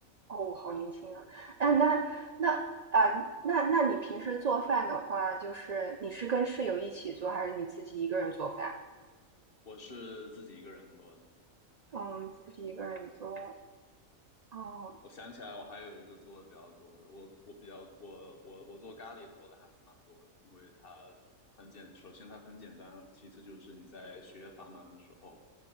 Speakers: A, on the right (about 80°); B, on the left (about 45°).
A: 哦，好年轻啊。那那那啊，那那你平时做饭的话，就是你是跟室友一起做，还是你自己一个人做饭？
B: 我是自己一个人做的。
A: 嗯，自己一个人做。哦，
B: 我想起来，我还有一个做的比较多的，我我比较我我我做咖喱做的还还蛮多的，因为它很简，首先它很简单，其次就是你在学业繁忙的时候。